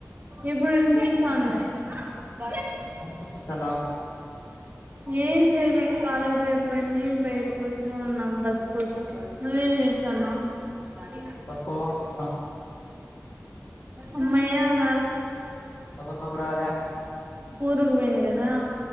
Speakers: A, on the right; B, on the left.
A: ఇప్పుడు వినిపిస్తాంది మ
B: ఏం చేస్తున్నావ్
A: ఏం చేయలే కాలేజ్ అయిపోయింది బయట కూర్చుని ఉన్నాం బస్సు కోసం నువ్వేం చేస్ చనా సరే
B: పనుకోనున్న
A: అమ్మయ న
B: మా బాబు రాలే
A: ఊరుకు పోయింది కదా